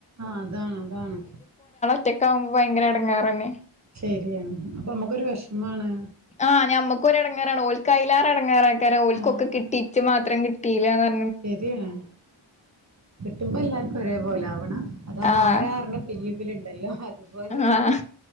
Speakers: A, on the right (about 35°); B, on the left (about 15°).
A: ആഹ് അതാണ് അതാണ്
B: ഒറ്റക്കാഉമ്പോ ഭയങ്കര ഇടങ്ങേറന്നെ.
A: ശരിയാണ് അപ്പോം നമുക്കൊരു വിഷമാണ്.
B: ആ ഞമ്മൊക്കൊരെടെങ്ങറെണ് ഓല്കയ്ലെറെടങ്ങാറെയ്ക്കാരം ഓൽകൊക്കെകിട്ടീ
A: ആഹ്
B: ഇച്ച് മാത്രം കിട്ടിയിലാന്നർ
A: ശരിയാണ്. കിട്ടുമ്പോ എല്ലാർക്കും ഒരേ പോലെ ആവണം. അതാ
B: ആഹ്
A: വാഴർഞ്ഞ ഫിലിമിലുണ്ട്. ണ്ടല്ലോ അതുപോലയാണ്.
B: ആഹ്